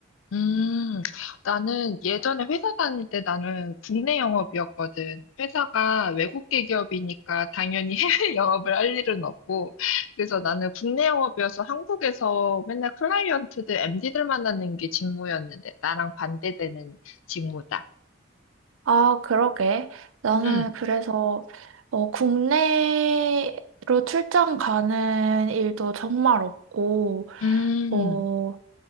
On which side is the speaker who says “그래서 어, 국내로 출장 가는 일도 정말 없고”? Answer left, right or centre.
Right